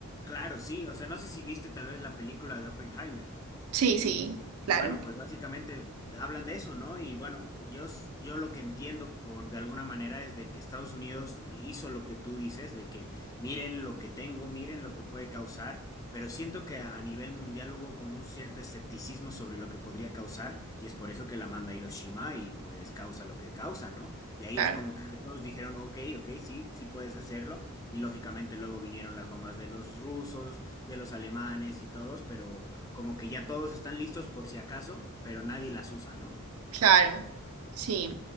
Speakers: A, on the left; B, on the right.
A: Claro, sí, o sea, no sé si viste tal vez la película de Oppenheimer.
B: Sí, sí, claro,
A: Bueno, pues básicamente hablan de eso, ¿no? Y bueno, yo, s- yo lo que entiendo por de alguna manera es de que Estados Unidos hizo lo que tú dices, de que miren lo que tengo, miren lo que puede causar, pero siento que a nivel mundial hubo como un cierto escepticismo sobre lo que podría causar, y es por eso que la manda a Hiroshima y pues causa lo que causa, ¿no? Y ahí
B: claro,
A: es como que todos dijeron, ok, ok, sí, sí puedes hacerlo, y lógicamente luego vinieron las bombas de los rusos, de los alemanes y todos, pero como que ya todos están listos por si acaso, pero nadie las usa, ¿no?
B: claro, sí.